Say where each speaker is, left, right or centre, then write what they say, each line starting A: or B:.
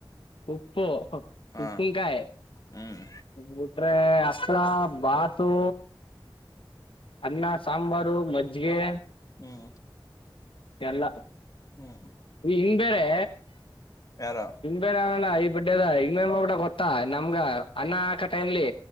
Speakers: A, on the left (about 80°); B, on the left (about 45°).
A: ಹಪ್ಪೋ
B: ಹ
A: ಉಪ್ಪನ್ ಕಾಯಿ.
B: ಹ್ಮ್
A: ಬಿಟ್ರೆ ಅಪ್ಪಾಳ ಬಾತು. ಅನ್ನ ಸಾಂಬಾರು ಮಜ್ಜಿಗೆ.
B: ಹ್ಮ.
A: ಎಲ್ಲ.
B: ಹ್ಮ್.
A: ಈ ಹಿಂಗ್ ಬೇರೆ
B: ಯಾರ
A: ಬೇರೆ ಅವ. ಈ ಬಡ್ಡದ ಇಬಡ ಗೊತ್ತಾ ನಮ್ಗ ಅನ್ನ ಆಕ ಟೈಮ್ಲಿ.